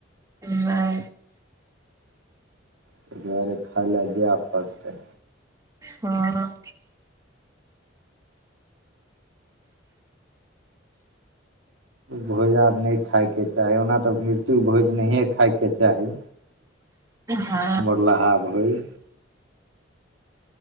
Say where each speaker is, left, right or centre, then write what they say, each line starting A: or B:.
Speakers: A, on the right (about 15°); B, on the right (about 75°).
A: नै
B: तइदुआरे खाइ लए जैए पड़तै।
A: हँ
B: भोज आर नै खायके चाही ओना तऽ मृत्यु भोज नहिए खायके चाही।
A: हँ
B: मरलाहा भोइ